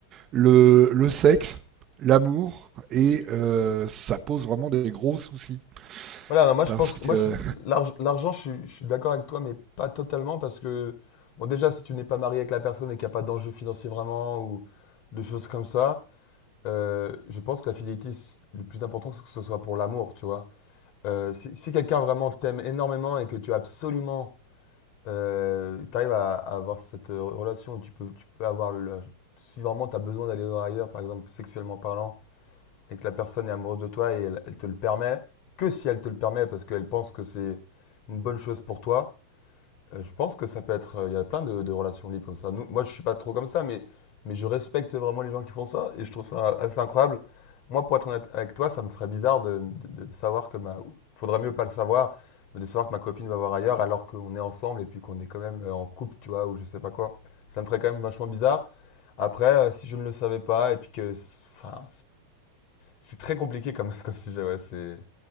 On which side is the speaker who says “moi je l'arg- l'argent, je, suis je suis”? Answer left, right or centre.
Left